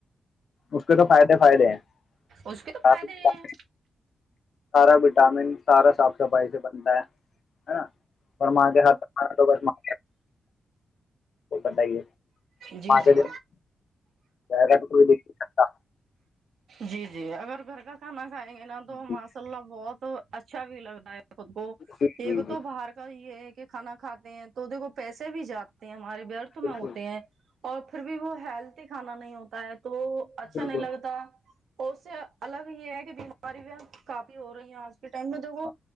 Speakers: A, on the left; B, on the right.
A: اس کے تو فائدے فائدے ہیں ا
B: اس کے تو فائدے ہی
A: سارا
B: ہیں
A: بچا وٹامن سارا صاف صفائی سے بنتا ہے نا اور ماں کے ہاتھکانا تو بس ماںات وہ بتائیے
B: جی
A: کے
B: جی
A: زیادہ تو کوئی دیکھ نہیں سکتا
B: جی جی اگر گھر کا کھانا کھائیں گے نا تو
A: جی
B: ماشاء اللہ بہت اچھا بھی لگتا ہے خود کو
A: جی
B: ایک
A: جی
B: تو
A: جی
B: باہر کا یہ ہے کھانا کاتے ہیں تو کو پیسے بھی جاتے ہیں ہمارے ورتھ
A: بالکل
B: میں ہوتے ہیں اور پھر بھی وہ ہیل کھانا نہیں ہوتا ہے تو اچھا
A: بالکل
B: نہیں لگتا اور اس سے الگ یہ ہے کہ ب ہماری بھی کافی ہو رہی ہیں آج ٹائم میں تو وہ
A: ہاں